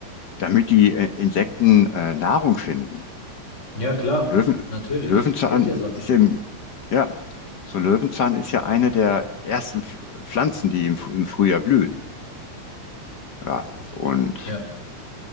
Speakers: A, on the left; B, on the left.
A: damit die äh, Insekten äh, Nahrung finden.
B: ja, klar,
A: Löwen,
B: natürlich.
A: Löwenzahn
B: Es gibt hier sonst
A: ist
B: nichts.
A: im, ja, so Löwenzahn ist ja eine der ersten Pf- Pflanzen, die im, F- im Frühjahr blühen. Ja, und
B: Ja.